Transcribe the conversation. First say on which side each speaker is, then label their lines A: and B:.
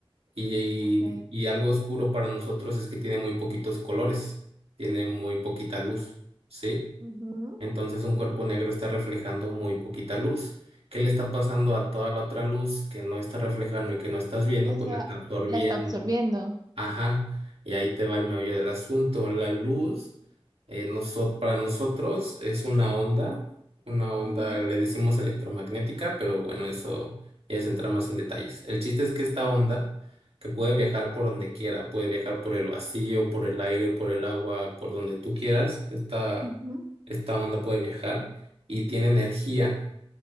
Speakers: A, on the right (about 75°); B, on the right (about 40°).
A: Y,
B: Ok.
A: y algo oscuro para nosotros es que tiene muy poquitos colores, tiene muy poquita luz, ¿sí?
B: ujú,
A: Entonces un
B: Sí.
A: cuerpo negro está reflejando muy poquita luz. ¿Qué le está pasando a toda la otra luz que no está reflejando y que no estás viendo?
B: O
A: Pues
B: sea,
A: la está absorbiendo,
B: la está absorbiendo.
A: Ajá, y ahí te va el meollo del asunto. La luz, eh, noso- para nosotros es una onda, una onda,
B: Ujú,
A: le decimos electromagnética, pero bueno, eso ya es entrar más en detalles. El chiste es que esta onda, que puede viajar por donde quiera, puede viajar por el vacío, por el aire, por el agua, por donde tú quieras, esta,
B: ujú,
A: esta onda puede viajar y tiene energía.